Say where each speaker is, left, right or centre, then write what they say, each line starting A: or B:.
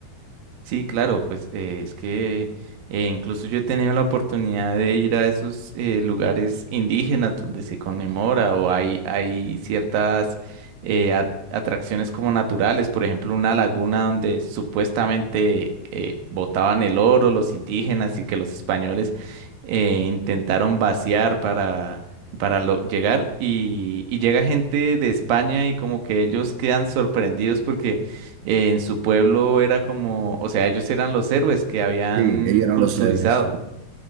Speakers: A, on the right; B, on the right.
A: Sí, claro, pues eh, es que eh, incluso yo he tenido la oportunidad de ir a esos eh, lugares indígenas donde se conmemora o hay, hay ciertas eh, at- atracciones como naturales, por ejemplo, una laguna donde supuestamente eh, botaban el oro los indígenas y que los españoles eh, intentaron vaciar para, para lo- llegar y, y llega gente de España y como que ellos quedan sorprendidos porque eh, en su pueblo era como, o sea, ellos eran los héroes que habían
B: Sí, ellos eran
A: culturizado.
B: los héroes,